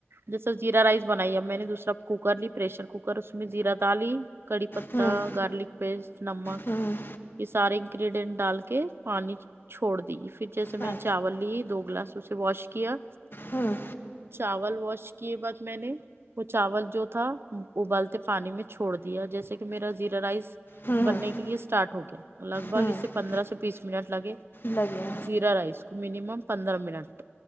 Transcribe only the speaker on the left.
ہوں
ہوں
اچھا
ہوں
ہوں
ہوں
ہوں
لگ گیا